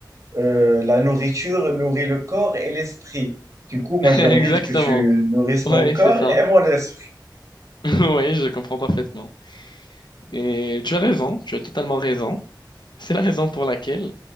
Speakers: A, on the right; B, on the left.
A: euh, la nourriture nourrit le corps et l'esprit. Du coup, moi,
B: <laughs>
A: j'ai
B: Exactement.
A: envie que tu nourrisses
B: Ouais,
A: mon corps
B: c'est ça.
A: et
B: <laughs>
A: mon esprit.
B: Oui, je comprends parfaitement. Et tu as raison, tu as totalement raison. C'est la raison pour laquelle,